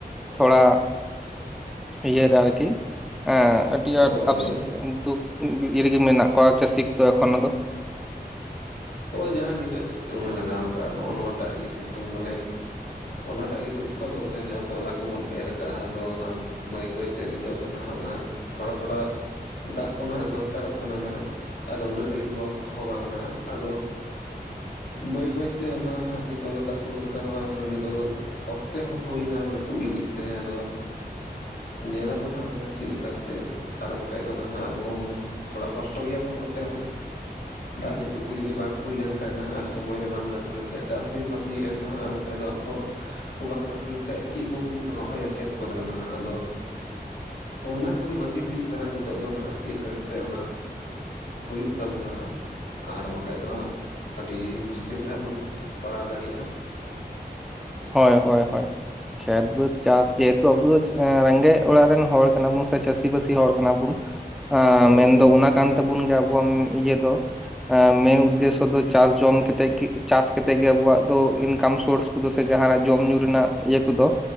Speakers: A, in the centre; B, on the left.
A: ᱛᱷᱚᱲᱟ ᱤᱡᱮᱨᱟ ᱨᱮ ᱟᱨᱠᱤ ᱦᱮᱸ ᱟᱹᱰᱤ
B: ᱦᱳᱭ
A: ᱟᱸᱴ <unintelligible> ᱫᱩ <unintelligible> ᱨᱮᱜᱮ ᱢᱮᱱᱟᱜ ᱠᱚᱣᱟ ᱪᱟᱹᱥᱤ ᱠᱚᱫᱚ ᱮᱠᱷᱚᱱᱳ ᱫᱚ
B: ᱦᱚᱜᱼᱭ ᱡᱟᱦᱟᱸ ᱱᱤᱛᱚᱜᱜ ᱥᱤᱛᱩᱝᱮ ᱞᱟᱜᱟᱣ ᱟᱠᱟᱫ ᱱᱚᱜᱼᱚ ᱱᱚᱣᱟᱴᱟᱜ ᱜᱮ ᱥᱤᱛᱩᱝ ᱵᱚᱞᱮ ᱚᱱᱟᱴᱟᱜ ᱜᱮ ᱫᱩᱠᱠᱷᱚ ᱫᱚ ᱵᱚᱞᱮ ᱡᱟᱦᱟᱸ ᱛᱚᱞᱟ ᱠᱚᱵᱚᱱ ᱮᱨ ᱠᱟᱜᱼᱟ ᱟᱫᱚ ᱚᱱᱟ ᱵᱟᱹᱭ ᱵᱟᱹᱭᱛᱮ ᱱᱤᱛᱚᱜ ᱫᱚ ᱱᱟᱦᱟᱜ ᱚᱱᱟ ᱛᱷᱚᱲᱟ ᱛᱷᱚᱲᱟ ᱫᱟᱜ ᱠᱚ ᱱᱟᱦᱟᱜ ᱫᱚᱨᱠᱟᱨᱚᱜ ᱠᱟᱱᱟ ᱱᱟᱦᱟᱜ ᱟᱫᱚ ᱩᱱᱟᱹᱜ ᱰᱷᱮᱨ ᱜᱚ ᱦᱚᱸ ᱵᱟᱝ ᱱᱟᱦᱟᱜ ᱟᱫᱚ ᱵᱟᱹᱭ ᱵᱟᱹᱭᱛᱮ ᱚᱱᱟ ᱦᱟᱸᱜ ᱱᱤᱛᱳᱜ ᱫᱚ ᱫᱟᱜ ᱠᱚᱫᱚ ᱫᱚᱨᱠᱟᱨᱚᱜᱼᱟ ᱟᱨ ᱱᱤᱛᱳᱜ ᱫᱚ ᱚᱠᱛᱮ ᱦᱚᱸ ᱦᱩᱭᱱᱟ ᱞᱟᱹᱴᱩᱜ ᱞᱟᱹᱜᱤᱫ ᱛᱮ ᱟᱫᱚ ᱧᱮᱞᱞᱟᱵᱚᱱ ᱦᱟᱸᱜ ᱚᱱᱟ ᱪᱮᱫ ᱞᱮᱠᱟ ᱮᱱᱛᱮᱜ ᱟᱨ ᱵᱟᱠᱷᱟᱡ ᱫᱚ ᱱᱟᱦᱟᱜ ᱟᱵᱚ ᱦᱚᱸ ᱛᱷᱚᱲᱟ ᱠᱚᱥᱴᱚ ᱜᱮᱭᱟᱵᱚᱱ ᱱᱚᱛᱮ ᱦᱚᱸ ᱫᱟᱜ ᱡᱟᱹᱯᱩᱫ ᱠᱚ ᱡᱩᱫᱤ ᱵᱟᱝ ᱦᱩᱭ ᱞᱮᱱᱠᱷᱟᱱᱡ ᱱᱟᱦ ᱟᱨ ᱥᱚᱢᱚᱭ ᱨᱮ ᱵᱟᱝ ᱞᱟᱹᱴᱩ ᱞᱮᱱᱠᱷᱟᱡ ᱪᱟᱥ ᱫᱤᱱ ᱢᱟᱛᱤᱭᱳᱱ ᱱᱟ ᱟᱨ ᱵᱟᱠᱟᱡ ᱫᱚ ᱟᱯᱚᱨ <unintelligible> ᱵᱟᱝ ᱞᱟᱹᱴᱩ ᱞᱮᱱᱠᱷᱷᱟ ᱪᱮᱫ ᱵᱚᱱ ᱨᱚᱦᱚᱭᱟ ᱠᱷᱮᱛ ᱠᱚᱨᱮ ᱫᱚ ᱱᱟᱦᱟᱜ ᱟᱫᱚ ᱚᱱᱟ ᱠᱚᱜᱮ ᱵᱷᱟᱹᱵᱤ ᱦᱩᱭᱩᱜ ᱠᱟᱱᱟ ᱱᱤᱛᱚᱜ ᱫᱚ ᱱᱟᱦᱟᱜ ᱪᱮᱫ ᱞᱮᱠᱟ ᱠᱟᱛᱮᱜ ᱚᱱᱟ ᱦᱩᱭᱩᱜ ᱛᱟᱵᱚᱱᱟ ᱦᱟᱸᱜ ᱟᱨ ᱵᱟᱠᱷᱟᱡ ᱫᱚ ᱟᱹᱰᱤ ᱢᱩᱥᱠᱤᱞ ᱨᱮᱦᱟᱸᱜ ᱵᱚᱱ ᱯᱟᱲᱟᱳ ᱫᱟᱲᱮᱭᱟᱜᱼᱟ
A: ᱦᱭ ᱦᱭ ᱦᱭ ᱠᱷᱮᱛ ᱵᱟᱛ ᱪᱟᱥ ᱡᱮᱦᱮᱛᱩᱵ ᱨᱮᱸᱜᱮᱡ ᱚᱲᱟᱜ ᱨᱮᱱ ᱦᱚᱲ ᱠᱟᱱᱟᱵᱩᱱ ᱥᱮ ᱪᱟᱹᱥᱤ ᱵᱟᱟᱹᱥᱤ ᱦᱚᱲ ᱠᱟᱱᱟ ᱵᱩᱱ ᱟ
B: ᱦᱳᱭ
A: ᱢᱮᱱᱫᱚ ᱚᱱᱟ ᱠᱟᱱ ᱛᱟᱵᱚᱱ ᱜᱮᱭᱟ ᱟᱵᱚᱣᱟᱜ ᱤᱭᱟᱹ ᱫᱚ ᱢᱮᱱ ᱩᱫᱽᱫᱮᱥᱥᱚ ᱫᱚ ᱪᱟᱥ ᱡᱚᱢ ᱠᱟᱛᱮᱜᱮ ᱪᱟᱥ ᱠᱟᱛᱮᱮᱫ ᱜᱮ ᱟᱵᱚᱣᱟᱜ ᱫᱚ ᱤᱱᱠᱟᱢ ᱥᱳᱨᱥ ᱠᱚᱫᱚ ᱥᱮ ᱡᱟᱦᱱᱟᱜ ᱡᱚᱢ ᱧᱩ ᱨᱮᱱᱟᱜ ᱤᱭᱟᱹ ᱠᱚᱫᱚ